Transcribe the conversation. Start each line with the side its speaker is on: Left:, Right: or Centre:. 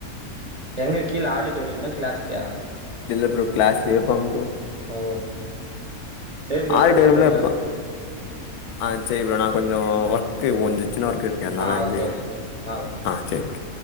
Right: எங்க கீழ ஆடிட்டோரியம்லா கிளாஸ்லயா
Left: இல்ல ப்ரோ கிளாஸ்லியே வப்பாங்க ப்ரோ
Right: ஓ சரி ப்ரோ
Left: ஆல்
Right: கட்
Left: டைம்ல
Right: பண்றியா
Left: இப்ப ஆ சேரி ப்ரோ நா கொஞ்சோ ஒர்க் கு வந்து சின்ன ஒர்க்கு இருக்கு அதனால
Right: ஆ
Left: வந்து
Right: ஓகே ஓகே ஓகே
Left: ஆ சேரி